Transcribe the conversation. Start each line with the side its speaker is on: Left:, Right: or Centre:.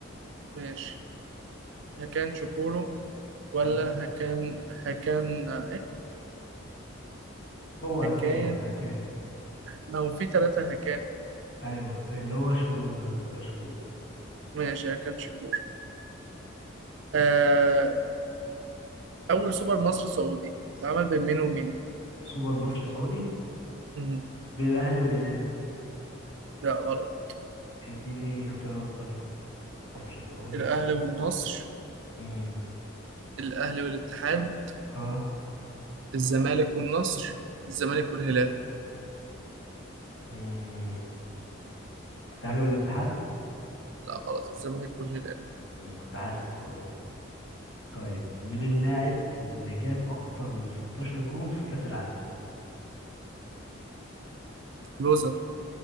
Right: ماشي هكان شكورو ولا
Left: أه
Right: هكان هكان إيه؟
Left: هو هكان
Right: هكان
Left: هكان
Right: ما هو في ثلاثة هكان
Left: أيوه اللي هو شهور ده ولا شكور
Right: ماشي هكان شكور آه أول سوبر مصري سعودي اتعمل بين مين ومين؟
Left: سوبر مصر سعودي
Right: مم.
Left: بين الأهلي والهلال
Right: لا غلط
Left: اديني اختيارات طيب مصر سعودي
Right: الأهلي والنصر
Left: امم
Right: الأهلي والاتحاد
Left: اه
Right: الزمالك والنصر الزمالك والهلال
Left: امم الاهلي والاتحاد
Right: لا غلط الزمالك والهلال
Left: امم كنت حاسس والله طيب مين اللاعب اللي جاب اكتر من 16 جول في كاس العالم
Right: كلوزا